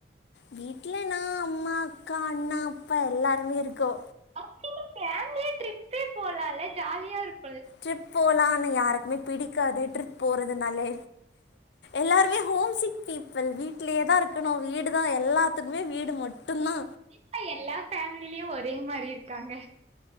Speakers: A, on the left (about 75°); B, on the right (about 35°).
A: வீட்ல நா அம்மா அக்கா அண்ணா அப்பா எல்லாருமே இருக்கோ
B: அப்டினா ஃபேமிலியா ட்ரிப்பே போலால ஜாலியாருக்
A: ட்ரிப் போலா ஆன்னா யாருக்குமே பிடிக்காது ட்ரிப் போறதுனாலே எல்லாருமே ஹோம் சிக் பீப் பிள் வீட்லயே தா இருக்கணு வீடுதா எல்லாத்துக்குமே வீடு மட்டு தா
B: ஏப்பா எல்லா ஃபேமிலிலயு ஒரே மாரி இருக்காங்க